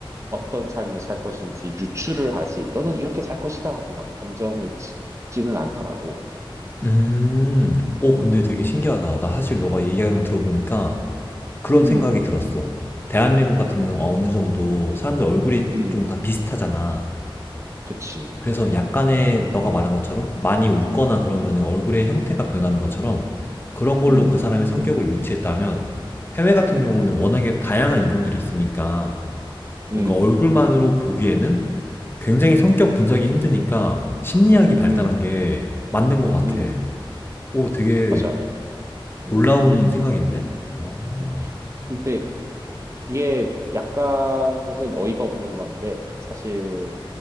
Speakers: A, on the right; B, on the left.
A: 어떤 삶을 살 것인지 유추를 하지, 너는 이렇게 살 것이다라고 막 단정을 짓지는 않더라고.
B: 음. 오,
A: 음,
B: 근데 되게 신기하다. 나 사실 너가 얘기하는 거 들어보니까
A: 음,
B: 그런
A: 음,
B: 생각이 들었어. 대한민국 같은
A: 음,
B: 경우 어느 정도 사람들 얼굴이
A: 음, 음,
B: 좀 다 비슷하잖아.
A: 그치.
B: 그래서 약간의
A: 음.
B: 너가 말한 것처럼 많이 웃거나 그러면
A: 음.
B: 얼굴의 형태가 변하는 것처럼 그런 걸로
A: 음,
B: 그 사람의 성격을 유추했다면 해외 같은
A: 음,
B: 경우는 워낙에 다양한 인종들이 있으니까 뭔가
A: 음,
B: 얼굴만으로 보기에는 굉장히
A: 음,
B: 성격 분석이 힘드니까 심리학이 발달한
A: 음,
B: 게 맞는 것 같아.
A: 음,
B: 오, 되게
A: 맞아. 음,
B: 놀라운 생각인데? 어,
A: 음. 근데 이게 약간은 어이가 없는 건데, 사실